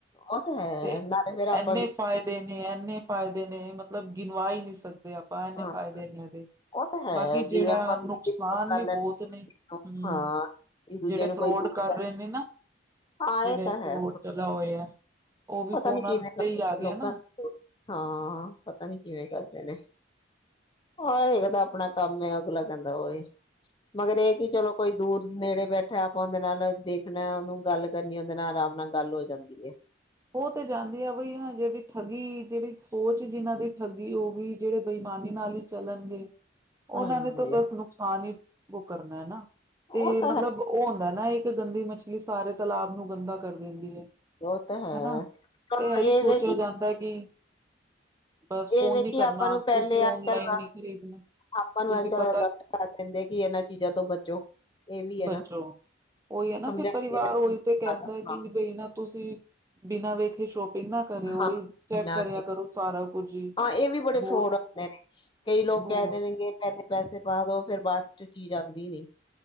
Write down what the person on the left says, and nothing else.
ਉਹ ਤਾਂ ਹੈ
ਨਾਲੇ ਫੇਰ ਆਪਾਂ
ਹਾਂ
ਉਹ ਤਾਂ ਹੈ
ਜਿਵੇਂ ਆਪਾਂ ਵੀਡੀਓ
ਕਰ
ਲੈਂਦੇ
ਹਾਂ ਇੱਕ ਦੂਜੇ
ਨੂੰ
ਕੋਈ ਦੂਰ
ਹਾਂ
ਇਹ ਤਾਂ
ਹੈ
ਪਤਾ
ਨੀ ਕਿਵੇਂ
ਕਰਦੇ
ਲੋਕਾਂ
ਹਾਂ ਪਤਾ ਨੀ ਕਿਵੇਂ ਕਰਦੇ ਨੇ ਹਰੇਕ ਦਾ ਆਪਣਾ ਕੰਮ ਅਗਲਾ ਕਹਿੰਦਾ ਉਹ ਇਹ ਮਗਰ ਇਹ ਕਿ ਚਲੋ ਕੋਈ ਦੂਰ ਨੇੜੇ ਬੈਠਾ ਆਪਾਂ ਉਹਦੇ ਨਾਲ ਦੇਖਣਾ ਉਹਨੂੰ ਗੱਲ ਕਰਨੀ ਉਹਦੇ ਨਾਲ ਆਰਾਮ ਨਾਲ ਗੱਲ ਹੋ ਜਾਂਦੀ ਹੈ।
ਹਾਂਜੀ।
ਉਹ
ਤਾਂ
ਹੈ
ਉਹ ਤਾਂ ਹੈ
ਪਰ
ਇਹ
ਵੇ ਕਿ
ਇਹ
ਵੇਖ
ਆਪਾਂ ਨੂੰ ਪਹਿਲੇ
ਅੱਜ- ਕੱਲ
ਆਪਾਂ ਨੂੰ
ਅੱਜ ਕੱਲ
ਅਲਰਟ ਕਰ ਦਿੰਦੇ ਕਿ ਇਹਨਾਂ ਚੀਜ਼ਾਂ ਤੋਂ ਬਚੋ। ਇਹ ਵੀ ਹੈ
ਨਾ
ਸਮਝਾਂਗੇ
ਹਾਂ
ਹਾਂ,
ਹਾਂ ਇਹ ਵੀ ਬੜੇ
ਫਰੋਡ ਹੁੰਦੇ ਨੇ ਕਈ ਲੋਕ
ਕਹਿ ਦੇਣਗੇ ਪਹਿਲੇ ਪੈਸੇ ਪਾ ਦੋ ਫਿਰ ਬਾਅਦ ਚ ਕੀ ਜਾਂਦੀ ਨੀ